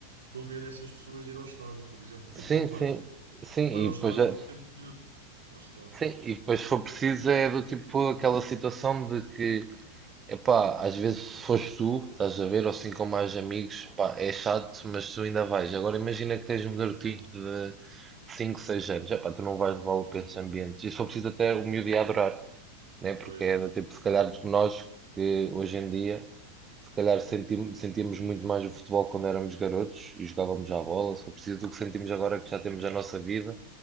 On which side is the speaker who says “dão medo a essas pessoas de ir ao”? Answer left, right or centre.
Right